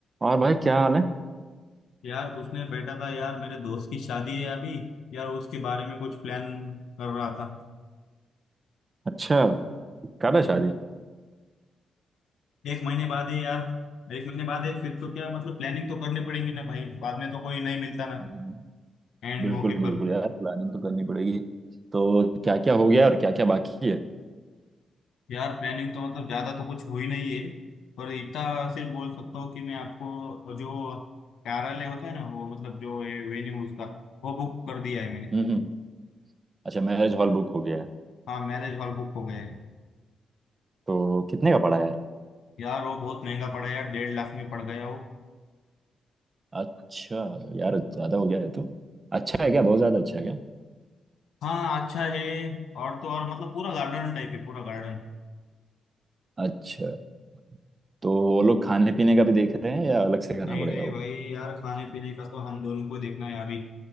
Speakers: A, on the right; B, on the left.
A: और भाई क्या हाल है
B: यार पूछने बैठा था यार मेरे दोस्त की शादी है अभी यार उसके बारे में कुछ प्लान कर रहा था
A: अच्छा कर रहे शादी
B: एक महीने बाद है यार एक महीने बाद है फिर तो क्या मतलब प्लानिंग तो करनी पड़ेगी ना भाई बाद में तो कोई नहीं मिलता ना
A: हम्म,
B: एंड
A: बिल्कुल
B: मौके
A: बिल्कुल
B: पर
A: यार प्लानिंग तो करनी पड़ेगी तो क्या क्या हो गया और क्या क्या बाकी है
B: यार प्लानिंग तो मतलब ज्यादा तो कुछ हुई नहीं है पर इतना सिर्फ बोल सकता हूँ कि मैं आपको जो कार्यालय होता है ना वो मतलब जो वेन्यू उसका वो बुक कर दिया है मैंने
A: हम्म हम्म अच्छा मैरिज हॉल बुक हो गया है
B: हाँ मैरिज हॉल बुक हो गया है
A: तो कितने का पड़ा यार
B: यार वो बहुत महंगा पड़ा यार डेढ़ लाख में पड़ गया वो
A: अच्छा यार ज्यादा हो गया है तो अच्छा है क्या बहुत ज्यादा अच्छा है क्या
B: हाँ अच्छा है और तो और मतलब पूरा गार्डन टाइप है पूरा गार्डन
A: अच्छा तो वो लोग खाने पीने का भी देख रहे हैं या अलग से करना
B: नहीं
A: पड़ेगा
B: नहीं
A: वो
B: भाई यार खाने पीने का तो हम दोनों को देखना है अभी